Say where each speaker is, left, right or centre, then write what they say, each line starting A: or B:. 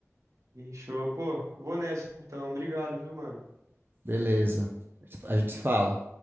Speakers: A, on the right; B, on the right.
A: Sim, show. Pô, vou nessa então. Obrigado, viu, mano?
B: Beleza. A gente se fala.